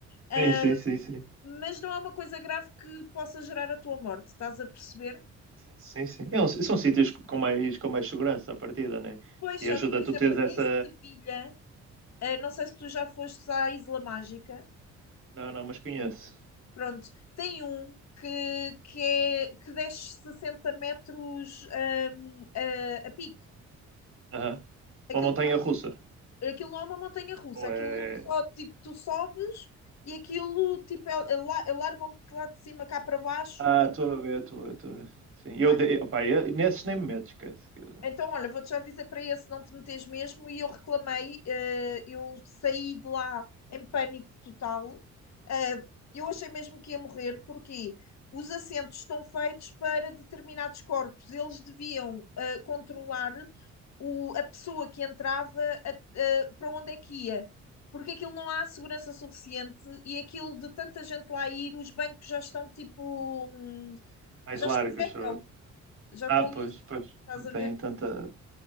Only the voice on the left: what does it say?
uh,
mas não é uma coisa grave que possa gerar a tua morte, estás a perceber?
Pois,
só
que, por exemplo,
em Sevilha, eh, não sei se tu já fostes à Isla Mágica,
pronto, tem um que, que, é, que desce 60 metros ahm, a, a pique.
Aquilo,
tá,
aquilo não é uma montanha russa,
aquilo
só, tipo, tu sobes e aquilo, tipo, é- é la- largam-te lá de cima cá para baixo,
tipo,
pá,
Então, olha, vou-te já dizer para esse não te meteres mesmo. E eu reclamei, eh, eu saí de lá em pânico total. Eh, eu achei mesmo que ia morrer, porque os assentos estão feitos para determinados corpos. Eles deviam eh, controlar o- a pessoa que entrava a- eh, para onde é que ia. Porque aquilo não há segurança suficiente e aquilo de tanta gente lá ir, os bancos já estão tipo, hum,
já
escorregam,
já
estão
lisos,
estás
a ver?